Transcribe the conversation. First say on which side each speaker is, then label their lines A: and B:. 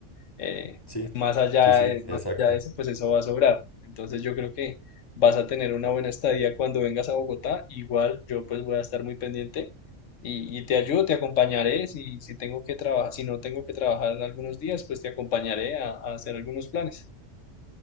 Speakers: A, on the left; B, on the left.
A: eh,
B: sí,
A: más allá
B: sí, sí,
A: de,
B: exacto.
A: más allá de eso, pues eso va a sobrar. Entonces yo creo que vas a tener una buena estadía cuando vengas a Bogotá. Igual yo pues voy a estar muy pendiente y, y te ayudo, te acompañaré. Si, si tengo que trabajar, si no tengo que trabajar algunos días, pues te acompañaré a, a hacer algunos planes.